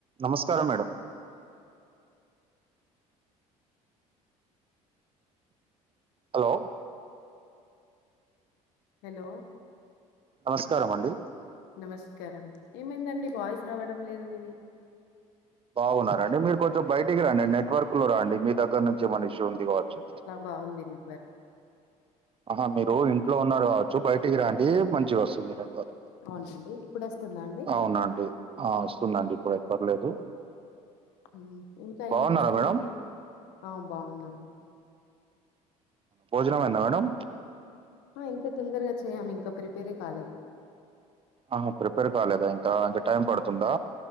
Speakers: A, on the right; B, on the left.
A: నమస్కారం madam hello
B: hello
A: నమస్కారమండి
B: నమస్కారం ఏమైందండి వాయిస్ రావడం లేదు మీది
A: బాగున్నారండి మీర్ కొంచెం బయిటికి రాండి నెట్వర్క్ లో రాండి మీ దగ్గర్నుంచి ఏమన్న ఇష్యూ ఉంది గావచ్చు
B: బావుంది నిట్ వర్
A: ఆహా మీరు ఇంట్లో ఉన్నారు గావొచ్చు బయిటికి రాండి మంచిగా వస్తుంది నెట్ వర్
B: అవునండి ఇప్పుడొస్తుందా అండి
A: అవునా అండి ఆ వస్తుందండి ఇప్పుడై పర్లేదు
B: ఆ ఇంకా
A: బాగున్నారా
B: ఏంటి సంగతి
A: మేడం
B: ఆవ్ బావున్నామ్
A: భోజనమైంద మేడం
B: ఆ ఇంతతొందరగా చెయ్యమింకా ప్రిపేరే కాలే
A: ఆహా ప్రిపేర్ కాలేదా ఇంకా ఇంకా టైం పడుతుందా